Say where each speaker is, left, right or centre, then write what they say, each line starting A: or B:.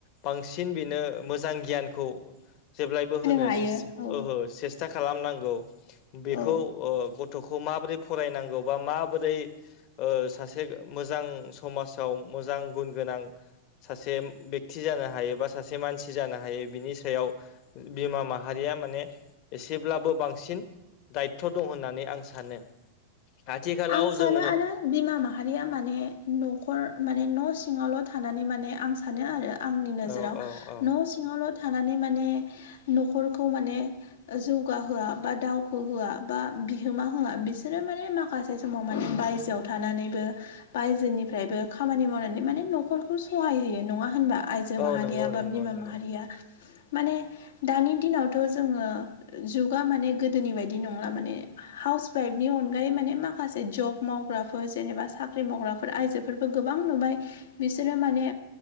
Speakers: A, on the left; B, on the left.
A: बांसिन बिनो मोजां गियानखौ जेब्लायबो होनो
B: हायो औ
A: ओहो सेस्था खालामनांगौ बेखौ
B: औ
A: गथ'खौ माबोरै फरायनांगौ बा माबोरै सासे से मोजां समाजाव मोजां गुन गोनां सासे बेक्ति जानो हायो बा सासे मानसि जानो हायो बिनि सायाव बिमा माहारिया माने एसेब्लाबो बांसिन दायथ' दं होननानै आं सानो आथिखालाव
B: आं सानो
A: जोङो
B: आरो बिमा माहारिया माने न'खर माने न' सिङावल' थानानै माने आं सानो आरो आंनि नोजोराव
A: औ औ औ
B: न' सि सिङावल' थानानै माने न'खरखौ माने जौगा होआ बा दावखो होआ बा बिहोमा होआ बिसोरो माने मा खासे समाव माने बायजोआव थानानैबो बायजोनिफ्रायबो खामानि मावनानै माने न'खरखौ सहाय होयो नङा होनबा आय जो
A: औ
B: माहारिया
A: नंगौ
B: बा
A: नंगौ
B: बिमा
A: नंगौ
B: माहारिया माने दानि दिनावथ' जोङो जुगा माने गोदोनि बायदि नंला माने हाउस वाइफनि अनगायै माने माखासे जब मावग्राफोर जेनेबा साख्रि मावग्राफोर आइजोफोरबो गोबां नुबाय बिसोरो माने